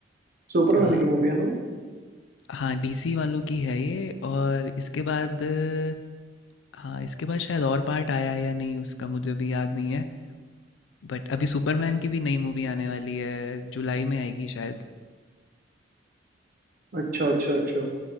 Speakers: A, on the right (about 50°); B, on the left (about 85°).
A: सुपरमैन
B: हाँ
A: की मूवी है ना वो?
B: हाँ डीसी वालों की है ये और इसके बाद अ, हाँ इसके बाद शायद और पार्ट आया है या नहीं उसका मुझे भी याद नहीं है बट अभी सुपरमैन की भी नई मूवी आने वाली है जुलाई में आएगी शायद
A: अच्छा अच्छा अच्छा